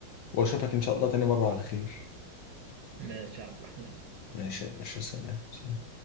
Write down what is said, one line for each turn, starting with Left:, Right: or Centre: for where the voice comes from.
Left: واشوفك ان شاء الله تاني مره على خير
Right: ماشي يا عبد الرحمن
Left: ماشي ماشي سلام سلام